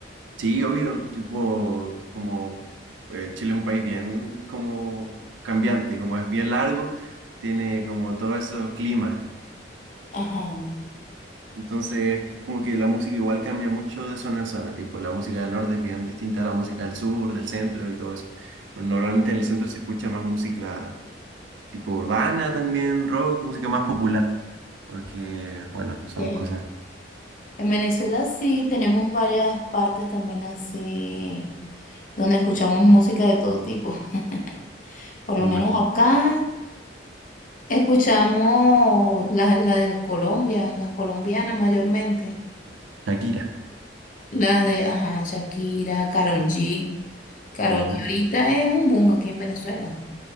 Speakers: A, on the right; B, on the left.
A: Sí, obvio, tipo, como eh, Chile es un país bien como cambiante, como es bien largo, tiene como todos esos climas.
B: Ajá.
A: Entonces, como que la música igual cambia mucho de zona en zona, tipo, la música del norte es bien distinta a la música del sur, del centro y todo eso. Normalmente en el centro se escucha más música tipo urbana también, rock, música más popular, porque, bueno, son
B: Ya, ya.
A: cosas...
B: En Venezuela sí tenemos varias partes también así, donde escuchamos música de todo tipo. <laughs> Por
A: me
B: lo menos
A: imagino.
B: acá escuchamos las la de Colombia, las colombianas mayormente.
A: Shakira,
B: Las de, ajá, Shakira, Karol G. Karol
A: sí, ¿no?
B: G ahorita es un boom aquí en Venezuela.